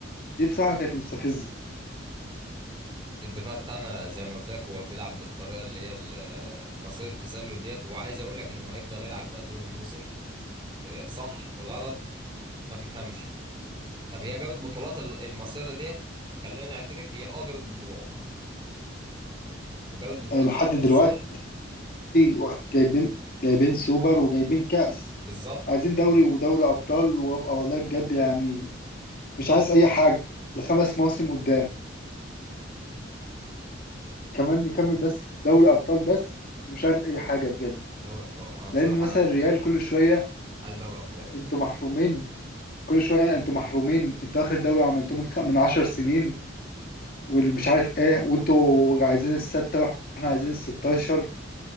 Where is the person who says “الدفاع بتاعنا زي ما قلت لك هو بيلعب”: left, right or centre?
Right